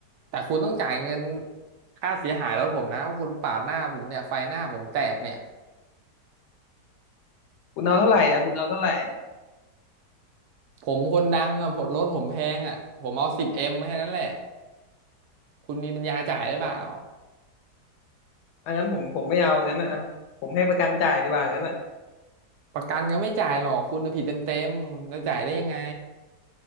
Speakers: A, on the right; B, on the left.
A: แต่คุณต้องจ่ายเงินค่าเสียหายรถผมนะว่าคุณปาดหน้าผมเนี่ยไฟหน้าผมแตกเนี่ย
B: คุณเอาเท่าไหร่อ่ะคุณเอาเท่าไหร่
A: ผมคนดังอะผมรถผมแพงอะผมเอาสิบเอ็มแค่นั้นแหละคุณมีปัญญาจ่ายหรือเปล่า
B: เอางั้นผมผมไม่เอางั้นน่ะอะผมให้ประกันจ่ายดีกว่างั้นน่ะ
A: ประกันก็ไม่จ่ายหรอกคุณน่ะผิดเต็มๆแล้วจ่ายได้ยังไง